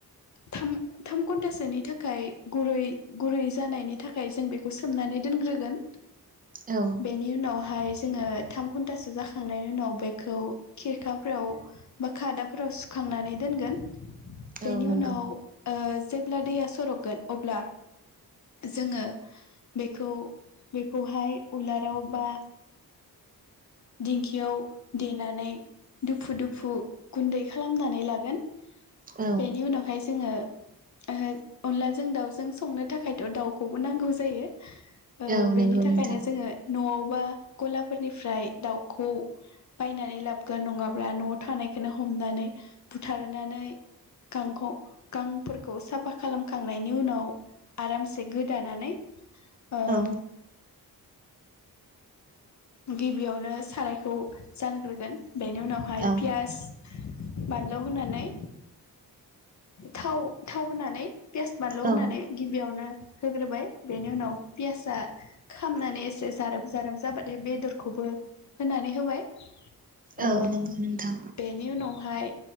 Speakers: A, on the left; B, on the right.
A: थाम थाम घन्टासोनि थाखाय गुरै गुरै जानायनि थाखाय जों बेखौ सोमनानै दोनग्रोगोन
B: औ
A: बेनि उनाव हाय जोङो थाम घन्टासो जाखांनायनि उनाव बेखौ खिरखाफ्राव बा खादाफोराव सुखांनानै दोनगोन बेनि
B: औ
A: उनाव
B: नंगौ
A: ओ जेब्ला दैया सरबगोन अब्ला जोङो बेखौ बेखौहाय उलाराव बा दिंखियाव देनानै दुफु दुफ फुं गुन्दै खालामनानै लागोन
B: औ
A: बेनि उनावहाय जोङो ओ अनलाजों दाउजों संनो थाखायथ' दाउखौबो नांगौ जायो ओ
B: औ
A: बेनि
B: नंगौ
A: थाखायनो
B: नोंथां
A: जोङो न'आव बा गलाफोरनिफ्राय दाउखौ बायनानै लाबोगोन नङाबा न' थानायखोनो हमनानै बुथारनानै गांखं गांफोरखौ साफा खालामखांनायनि उनाव आरामसे गोदानानै ओम
B: औ
A: गिबियावनो सारायखौ जानग्रोगोन बेनि उनावहाय
B: औ
A: पियास बानलु होनानै थाव थाव होनानै पियास बानलु
B: औ
A: होनानै गिबियावनो होग्रोबाय बेनि उनाव पियासआ खामनानै एसे जारोम जारोम जाबाथाय बेदरखौबो होनानै होबाय।
B: औ
A: ओ
B: नंगौ नोंथां
A: बेनि उनावहाय